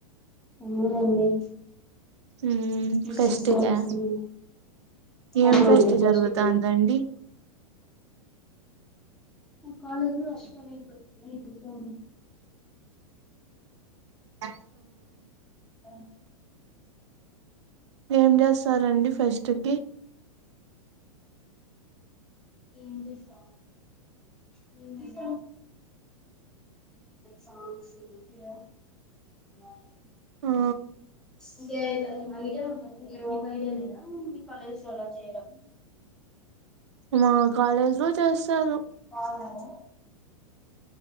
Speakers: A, in the centre; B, on the right.
A: అవునండి
B: ఉమ్
A: ఇంకెప్పుడు
B: ఫెస్ట్కా
A: వస్తుంది
B: ఏం
A: అవునండి
B: ఫెస్ట్
A: ఫస్ట్
B: జరుగుతాంది
A: కి
B: అండి
A: ఉ కాలేజ్ లో అక్షర్ వీడిపోయింది ఏంటిది ప్రాబ్లమ్
B: ఆ
A: అ
B: ఏం చేస్తారండి ఫెస్ట్ కి
A: ఏం చేస్తాం <unintelligible> ఉమ్ సాంగ్స్ వినిపియ్య ఆ
B: ఆ
A: ఇంగేకారా ఐడియా ఉంటంది మీరు ఒక ఐడియా లేదా మీ కాలేజెస్ లో అలా చేయడం
B: మా కాలేజ్ లో చేస్తారు.
A: అవును